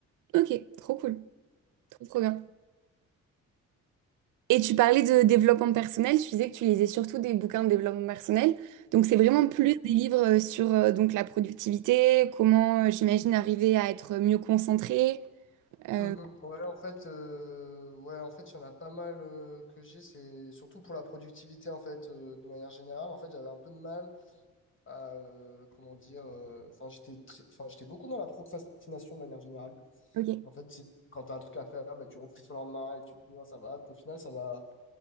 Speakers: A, on the right; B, on the left.
A: Ok, trop cool. Trop, trop bien. Et tu parlais de développement personnel, tu disais que tu lisais surtout des bouquins de développement personnel. Donc, c'est vraiment plus des livres euh, sur euh, donc, la productivité, comment, euh, j'imagine, arriver à être mieux concentré. Euh,
B: Mhm. Ouais, en fait, euh, ouais, en fait, il y en a pas mal euh, que j'ai. C'est surtout pour la productivité, en fait, euh, de manière générale. En fait, j'avais un peu de mal à, euh, comment dire, euh, enfin, j'étais très- enfin, j'étais beaucoup dans la procrastination de manière générale.
A: ok.
B: En fait, c'est- quand tu as un truc à faire, bah, tu repousses au lendemain et tu te dis, Ah, ça va. Puis au final, ça m'a